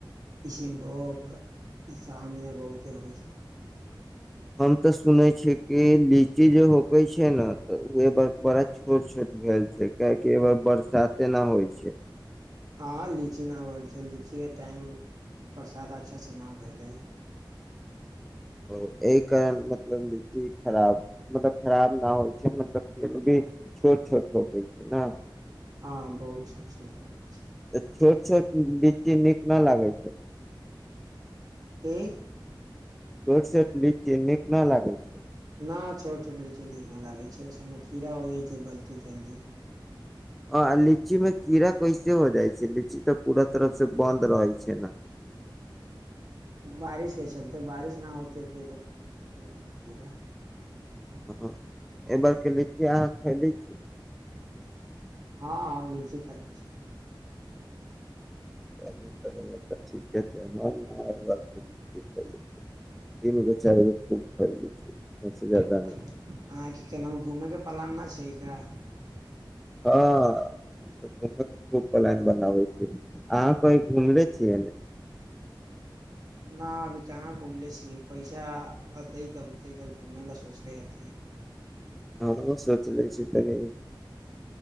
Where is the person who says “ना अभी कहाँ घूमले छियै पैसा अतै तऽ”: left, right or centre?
Right